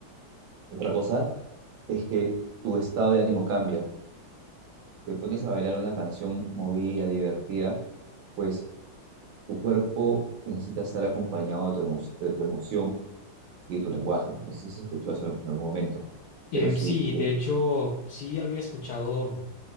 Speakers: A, on the right; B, on the left.
A: Otra cosa es que tu estado de ánimo cambia. Si Te pones a bailar una canción movida, divertida, pues Tu cuerpo necesita estar acompañado de tu, emo- de tu emoción y de tu lenguaje. No sé si se escuchó eso en algún momento,
B: Em,
A: pero sí.
B: sí,
A: es que-
B: de hecho, sí había escuchado